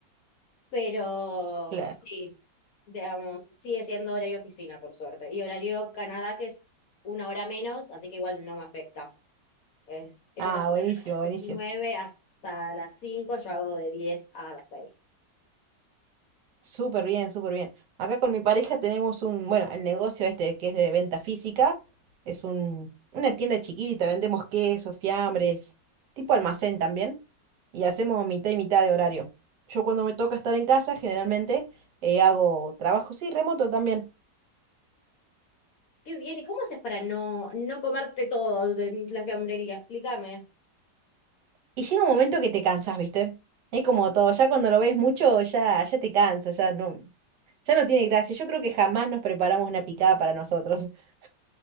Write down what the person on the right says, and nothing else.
Claro.
Ah,
buenísimo, buenísimo.
Súper bien, súper bien. Acá con mi pareja tenemos un, bueno, el negocio este que es de venta física, es un, una tienda chiquita, vendemos quesos, fiambres, tipo almacén también, y hacemos mitad y mitad de horario. Yo cuando me toca estar en casa, generalmente eh, hago trabajo, sí, remoto también.
Y llega un momento que te cansas, ¿viste? Es como todo, ya cuando lo ves mucho, ya, ya te cansa, ya no, ya no tiene gracia. Yo creo que jamás nos preparamos una picada para nosotros. <laughs>